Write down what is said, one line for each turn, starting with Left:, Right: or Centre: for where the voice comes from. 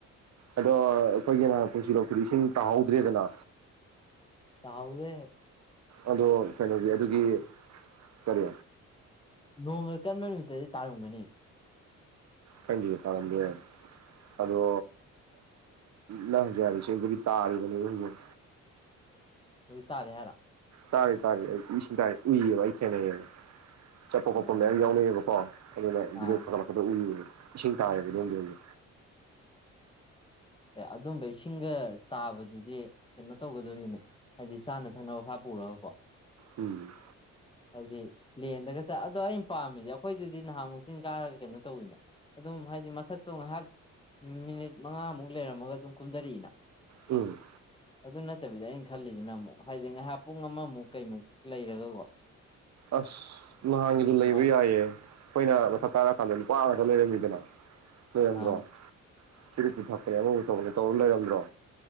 Right: ꯑꯗꯣ ꯑꯩꯈꯣꯏꯒꯤ ꯅꯍꯥꯟ ꯄꯨꯟꯁꯤ ꯂꯣꯛꯇꯨꯗꯤ ꯏꯁꯤꯡ ꯇꯥꯍꯧꯗ꯭ꯔꯦꯗꯅ
Left: ꯇꯥꯍꯧꯋꯦ
Right: ꯑꯗꯣ ꯀꯩꯅꯣꯒꯤ ꯑꯗꯨꯒꯤ ꯀꯔꯤ
Left: ꯅꯣꯡ ꯑꯀꯟꯕ ꯅꯨꯃꯤꯠꯇꯗꯤ ꯇꯥꯔꯝꯒꯅꯤ
Right: ꯈꯪꯗꯤꯌꯦ ꯇꯥꯔꯝꯕ ꯌꯥꯏ ꯑꯗꯣ ꯅ ꯍꯧꯖꯤꯛ ꯍꯥꯏꯔꯤ ꯆꯦꯡꯗꯒꯤ ꯇꯥꯔꯤꯕꯅꯤꯕ ꯍꯧꯖꯤꯛ
Left: ꯔꯣꯏ ꯇꯥꯔꯦ ꯍꯥꯏꯔꯣ
Right: ꯇꯥꯒꯦ ꯇꯥꯒꯦ ꯎꯏꯑꯕ ꯑꯩ ꯆꯦꯟꯅꯩꯑꯕ ꯆꯠꯄ
Left: ꯑꯣ
Right: ꯈꯣꯠꯄ ꯃꯌꯥꯝ
Left: ꯅꯪ
Right: ꯌꯥꯎꯅꯩꯌꯦꯕꯀꯣ ꯑꯗꯨꯅ
Left: ꯑꯥ
Right: ꯕꯤꯗꯤꯑꯣ ꯊꯒꯠꯂꯛꯄꯗ ꯎꯏꯕ ꯏꯁꯤꯡ ꯇꯒꯤꯕꯗꯣ ꯑꯣꯢꯗꯣꯢꯅꯤ
Left: ꯑꯦ ꯑꯗꯨꯝꯕ ꯏꯁꯤꯡꯒ ꯇꯥꯕꯗꯨꯗꯤ ꯀꯩꯅꯣ ꯇꯧꯒꯗꯣꯏꯅꯤꯅꯦ ꯍꯥꯏꯗꯤ ꯆꯥꯅ ꯊꯛꯅꯕꯞ ꯈꯔ ꯄꯨꯔꯒꯀꯣ
Right: ꯎꯝ
Left: ꯍꯥꯏꯗꯤ ꯂꯦꯟꯗꯒ ꯇꯥ ꯑꯗꯣ ꯑꯩꯅ ꯄꯥꯝꯃꯤꯁꯦ ꯑꯩꯈꯣꯏꯗꯨꯗꯤ ꯅꯍꯥꯟ ꯃꯨꯛ ꯆꯤꯡ ꯀꯥꯔꯒ ꯀꯩꯅꯣ ꯇꯧꯋꯦꯕ ꯑꯗꯨꯝ ꯍꯥꯏꯗꯤ ꯃꯊꯛꯇꯣ ꯉꯥꯏꯍꯥꯛ ꯃꯤꯅꯤꯠ ꯃꯉꯥꯃꯨꯛ ꯂꯩꯔꯝꯃꯒ ꯑꯗꯨꯝ ꯀꯨꯝꯗꯔꯛꯏꯅ
Right: ꯎꯝ
Left: ꯑꯗꯨ ꯅꯠꯇꯕꯤꯗ ꯑꯩꯅ ꯈꯜꯂꯤꯁꯤꯅ ꯑꯃꯨꯛ ꯍꯥꯏꯗꯤ ꯉꯥꯏꯍꯥꯛ ꯄꯨꯡ ꯑꯃꯃꯨꯛ ꯀꯩꯃꯨꯛ ꯂꯩꯔꯒꯀꯣ
Right: ꯑꯁ ꯅꯍꯥꯟꯒꯤꯗꯨ
Left: ꯑꯗꯨꯃꯥꯏꯅ
Right: ꯂꯩꯕ ꯌꯥꯏꯌꯦ ꯑꯩꯈꯣꯏꯅ ꯃꯊꯛ ꯀꯥꯔ ꯀꯥꯟꯗ ꯅꯨꯄꯥ ꯉꯥꯛꯇ ꯂꯩꯔꯝꯃꯤꯗꯅ ꯂꯩꯔꯝꯗ꯭ꯔꯣ
Left: ꯑꯥ
Right: ꯆꯨꯔꯨꯞꯄꯨ ꯊꯛꯄꯅꯦ ꯑꯃꯕꯨ ꯇꯧꯕꯅꯦ ꯇꯧꯔ ꯂꯩꯔꯝꯗ꯭ꯔꯣ